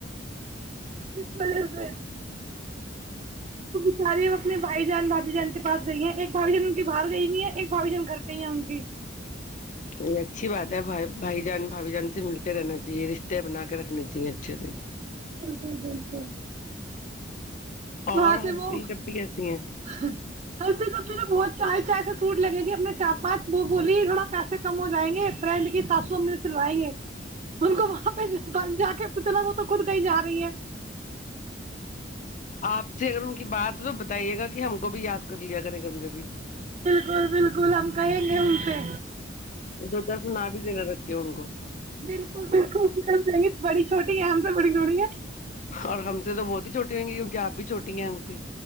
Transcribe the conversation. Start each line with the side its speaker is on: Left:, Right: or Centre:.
Right: ے <unintelligible> تو بچاری وہ اپنے بھائی جان بھابھی جان کے پاس گئی ہیں ایک بھھی جان ان کی باہر گئی نہیں ہے ایک بھھی جان گھر پ ہی ہیں ان کی
Left: یہ اچھی بات ہےھائی بھائی جان بھائی جان سے ملتے رہنا چاہیے رشتے بنا کے رکھنے چاہیے اچھے سے
Right: بالکل بالکل
Left: اور
Right: وہاں سے
Left: ہرپریت
Right: وہ
Left: اپی کیسی ہیں
Right: سب بہت چائے چائے سے سوٹ لگیں گے اپنے چار پانچ وہ بولی تھوڑا پیسے کم ہو جائیں گے فرینڈ کے سات سو میں سلوائیں گے ان کو وہاں پہ جا کے تو چلا وہ تو خود گئی جا رہی ہے
Left: آپ سے اگر ان کی بات ہو تو بتائیے گا کہ ہم کو بھی یاد کر لیا کریں کبھی کبھی
Right: بالکل بالکل ہم کہیں گے ان سے
Left: تو دو چارف نہ بھی دینا رکھے ہو ان کو
Right: بالکل بالکل کر بڑی چھوٹی ہے سے بڑی تھوڑی ہے
Left: اور ہم سے تو بہت ہی چھوٹی ہووں گی گ آب بھی چوٹی ہیں ا ان سے